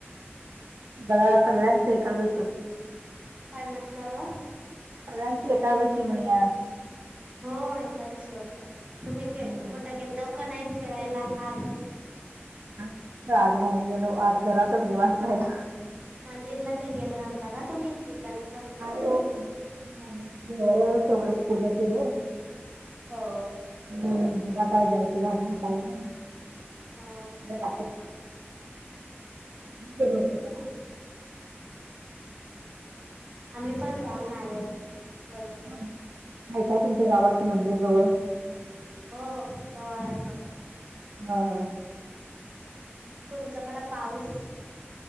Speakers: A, on the right (about 65°); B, on the right (about 30°).
A: दला सगळ्यांच एकादस.
B: काय म्हटलं.
A: सगळ्यांची एकादशी म्हणे आज.
B: हो एकादशी होतं, तुम्ही
A: हम्म
B: कुठं गेलता का नाही फिरायला आाज?
A: आज नाही, आज नाही गेलो, आज घरातच निवांत राहिलो.
B: मंदिरला ते गेलं नव्हता का तुम्ही विठ्ठलाच्या.
A: नाही ओ नाही, देवाऱ्यावर तेवढंच पूजा केलीय.
B: हो.
A: <unintelligible>
B: हो
A: गेल होतं का?
B: आम्ही पण जाऊन आलेत. बोल
A: हाय का, तुमच्या गावात मंदिर जवळ.
B: हो जवळ आहे बघा.
A: हा, हा.
B: तुमच्याकडं पाऊस.